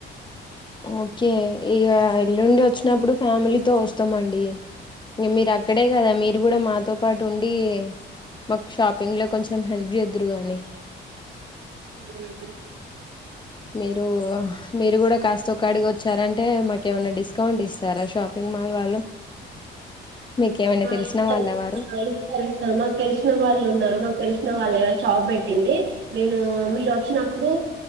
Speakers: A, on the left; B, on the right.
A: ఓకే ఇక ఎల్లుండి వచ్చినప్పుడు ఫ్యామిలీతో వస్తామండి ఇం మీరు అక్కడే కదా మీరు కూడా మాతో పాటు ఉండి మాకు షాపింగ్లో కొంచెం హెల్ప్ చేదురు కానీ
B: ఉ
A: మీరు మీరు కూడా కాస్త ఒక అడిగి వచ్చారంటే మాకు ఏమైనా డిస్కౌంట్ ఇస్తారా షాపింగ్ మల్ వాళ్ళు మీకేమైనా తెలిసిన
B: ఇస్త
A: వాళ్ళ వారు
B: ఇస్తారు ఇస్తారు మా తెల్సిన వాళ్ళు ఉన్నారు మాకు తెలిసిన వాళ్ళు షాబ్ పెట్టింది నేను మీరు వచ్చినప్పుడు